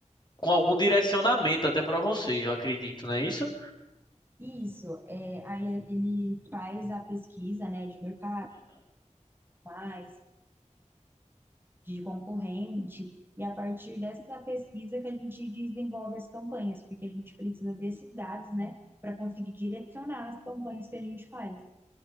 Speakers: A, on the left (about 35°); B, on the right (about 15°).
A: com algum direcionamento até para vocês, eu acredito, não é isso?
B: E isso, é, aí ele faz a pesquisa, né, de mercado, mais de concorrente, e a partir dessa pesquisa que a gente desenvolve as campanhas, porque a gente precisa desses dados, né, para conseguir direcionar as campanhas que a gente faz.